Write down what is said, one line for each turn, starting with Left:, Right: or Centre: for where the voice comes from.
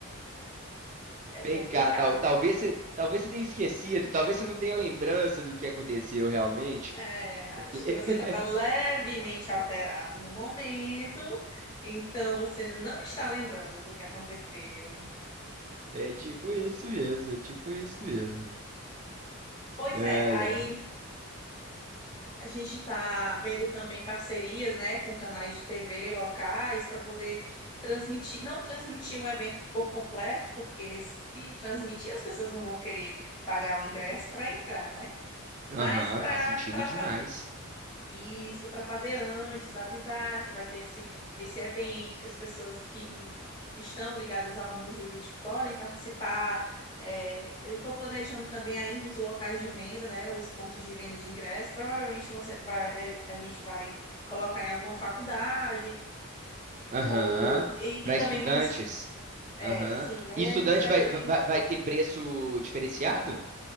Left: É
Right: Vem
Left: complicado.
Right: cá, tal, talvez você, talvez você tenha esquecido, talvez você não tenha lembrança do que aconteceu realmente,
Left: É,
Right: porque
Left: acho
Right: <laughs>
Left: que você estava levemente alterado no momento, então você não está lembrando do que aconteceu.
Right: é tipo isso mesmo, é tipo isso mesmo.
Left: Pois
Right: Ai,
Left: é, aí
Right: ai.
Left: A gente está vendo também parcerias, né, com canais de TV locais para poder transmitir, não transmitir o evento por completo, porque se transmitir as pessoas não vão querer pagar o ingresso para entrar, né? Mas
Right: Aham,
Left: para
Right: faz sentido
Left: para
Right: demais.
Left: isso, para fazer antes, avisar que vai ter esse, esse evento, que as pessoas que estão ligadas ao mundo jurídico podem participar. É, eu estou planejando também ainda os locais de venda, né, os pontos de venda de ingresso. Provavelmente você vai, é, a gente vai colocar em alguma faculdade,
Right: Aham,
Left: ou e,
Right: para
Left: e também
Right: estudantes.
Left: vamos. É,
Right: Aham.
Left: sim, aí
Right: E estudante
Left: a gente vai
Right: vai,
Left: também.
Right: vai, vai ter preço diferenciado?